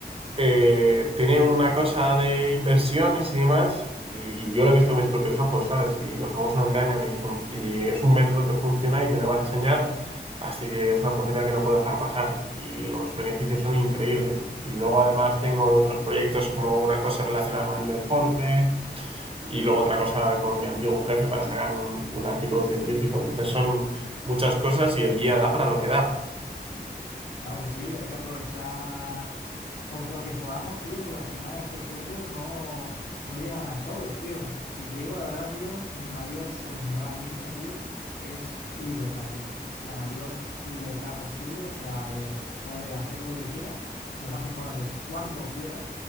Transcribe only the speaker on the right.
eh, tiene una cosa de inversiones y demás. Y, y yo lo he visto con mis propios ojos, ¿sabes? Y los ojos no engañan y, func- y es un método que funciona y me lo va a enseñar. Así que es una oportunidad que no puedo dejar pasar y los beneficios son increíbles. Y luego además tengo otros proyectos como una cosa relacionada con el deporte, y luego otra cosa con mi antiguo jefe para sacar un, un artículo científico. Entonces son muchas cosas y el día da para lo que da.